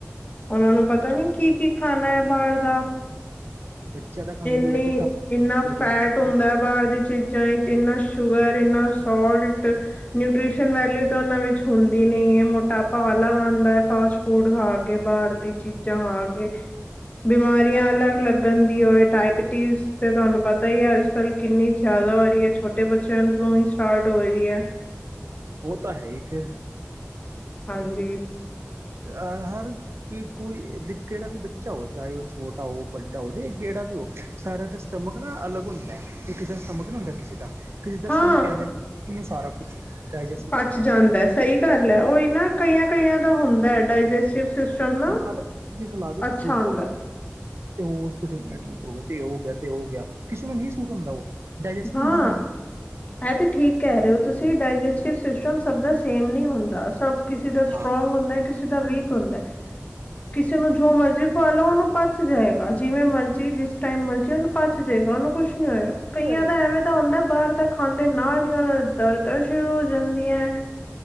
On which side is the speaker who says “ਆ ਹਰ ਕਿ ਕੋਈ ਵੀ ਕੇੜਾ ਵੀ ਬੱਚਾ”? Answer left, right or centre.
Right